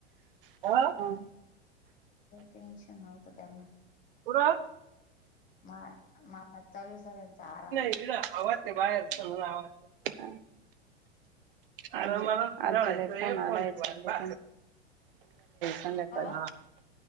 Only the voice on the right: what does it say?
ह
पुर
आवा ते बाहेर पला आवडत आराला आ संध्याकाळी